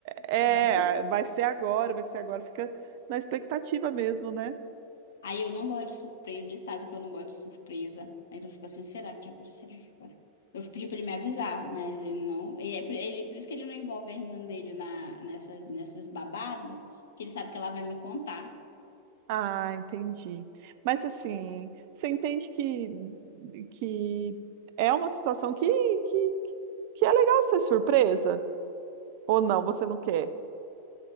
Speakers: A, on the right; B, on the left.
A: é,
B: né?
A: vai ser agora, vai ser agora, fica na expectativa mesmo, né?
B: Aí eu não gosto de surpresa, ele sabe que eu não gosto de surpresa. Aí eu fico assim, será que é agora? Será que é agora? Eu pedi pra ele me avisar, mas ele não. é por- Ele, por isso que ele não envolve a irmã dele na, nessas nessas babado, que ele sabe que ela vai me contar.
A: Ah, entendi. Mas assim, você entende que, que é uma situação que, que, que é legal ser surpresa? Ou não, você não quer?